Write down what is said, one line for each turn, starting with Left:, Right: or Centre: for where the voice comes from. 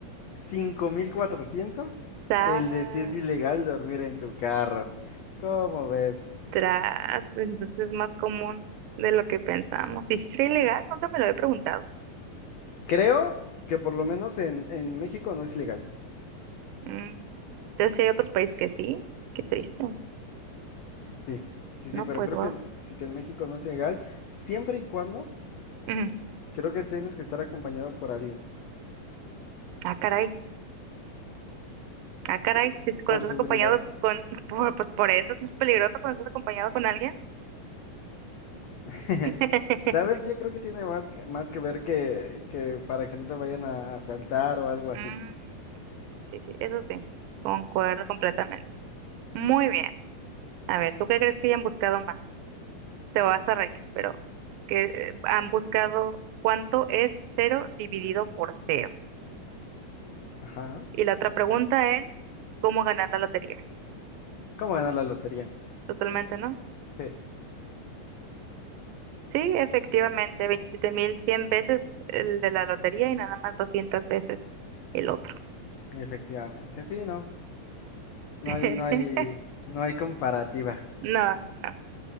Left: 5400.
Right: Tras,
Left: El de si es ilegal dormir en tu carro. ¿Cómo ves?
Right: tras. Entonces es más común de lo que pensamos. ¿Y si sería ilegal? Nunca me lo he preguntado.
Left: Creo que por lo menos en, en México no es ilegal.
Right: Mm. Entonces sí hay otros países que sí. Qué triste.
Left: Sí, sí,
Right: No,
Left: sí, pero
Right: pues
Left: creo
Right: wow.
Left: que, en que- que en México no es ilegal. Siempre y cuando
Right: Ujú.
Left: creo que tienes que estar acompañado por alguien.
Right: Ah, caray. Ah, caray,
Left: Sí,
Right: si es cuando
Left: por seguridad.
Right: estás acompañado con, <laughs> por- pues por eso es más peligroso cuando estás acompañado con alguien.
Left: <laughs>
Right: <laughs>
Left: ¿Sabes? Yo creo que tiene más que, más que ver que, que para que no te vayan a asaltar o algo
Right: Mm,
Left: así.
Right: sí, sí, eso sí, concuerdo completamente. Muy bien. A ver, ¿tú qué crees que hayan buscado más? Te vas a reír, pero que eh, han buscado cuánto es cero dividido por cero.
Left: Ajá.
Right: Y la otra pregunta es, ¿cómo ganar la lotería?
Left: ¿Cómo ganar la lotería?
Right: Totalmente, ¿no?
Left: Sí.
Right: Sí, efectivamente, 27.100 veces el de la lotería y nada más 200 veces el otro.
Left: Efectivamente, sí, no, no
Right: <laughs>
Left: hay, no hay, no hay comparativa.
Right: No, no. no,